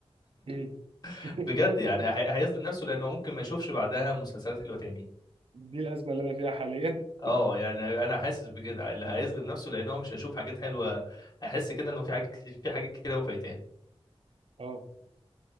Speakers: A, on the right; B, on the left.
A: مم.
B: <laughs>
A: <laughs>
B: بجد يعني هي... هيظلم نفسه لانه ممكن ما يشوفش بعدها مسلسلات حلوه تاني
A: دي الازمه اللي انا فيها حاليا
B: اه يعني انا حاسس بكده اللي هيظلم نفسه لان هو مش هيشوف حاجات حلوه هيحس كده انه في حاجات كتير في حاجات كتير قوي فايتاه
A: <laughs> اه